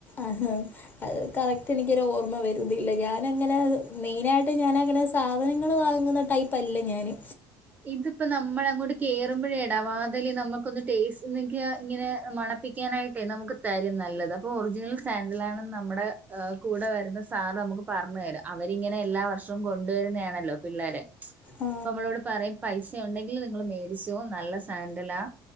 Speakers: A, on the left; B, on the right.
A: ആഹാ. അത് കറക്റ്റ് എനിക്കരു ഓർമ്മ വരുന്നില്ല ഞാന അങ്ങനെ മെയിനായിട്ട് ഞാനങ്ങനെ സാധനങ്ങൾ വാങ്ങുന്ന ടൈപ്പ് അല്ല ഞാന്
B: ഇതിപ്പോ നമ്മൾ അങ്ങോട്ട് കേറുമ്പോഴേ ഇടവാതൽ നമുക്കൊന്ന് ടേസ്റ്റ്ക്ക ഇങ്ങനെ മണപ്പിക്കാനായിട്ടേ നമുക്ക് തരും നല്ലത് ഇപ്പൊ ഒറിജിനൽ സാന്ൻഡില ആണെന്ന് നമ്മുടെ കൂടെ വരുന്ന സാറ് നമുക്ക് പറഞ്ഞു തരാം അവരിങ്ങനെ എല്ലാ വർഷവും കൊണ്ടുവരുന്നതാണല്ലോ പിള്ളേരെെ
A: ആ,
B: അപ്പ നമ്മളോട് പറയും പൈസ ഉണ്ടെങ്കിൽ നിങ്ങൾ മേടിച്ചോ നല്ല സാൻഡല ആ